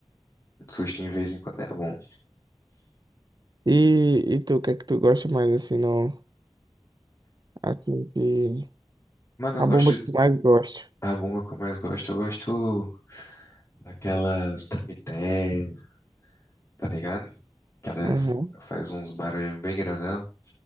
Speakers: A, on the left; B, on the right.
A: um sustinho de vez em quando é bom.
B: E, e tu, o que é que tu gosta mais assim, não? Assim que.
A: Mas não
B: A
A: gosto...
B: bomba que tu mais gosta.
A: A bomba que eu mais gosto, eu gosto daquelas tremitéias, tá ligado? Que elas
B: Aham.
A: faz uns barulhinhos bem grandão.